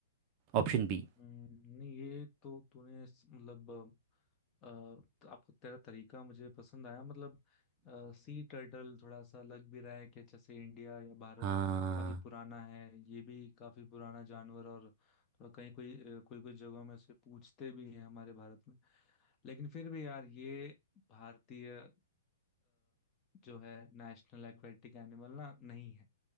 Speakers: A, on the right; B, on the left.
A: ऑप्शन बी
B: हम्म, नहीं ये तो तूने स- मतलब अ, तो आपका तेरा तरीका मुझे पसंद आया मतलब सी टर्टल थोड़ा सा लग भी रहा है कि जैसे इंडिया या भारत
A: हाँ
B: काफी पुराना है ये भी काफी पुराना जानवर और थोड़ा कहीं कोई अ, कोई कोई जगहों में उसे पूछते भी हैं हमारे भारत में लेकिन फिर भी यार ये भारतीय अ, जो है नेशनल एक्वेटिक एनिमल ना नहीं है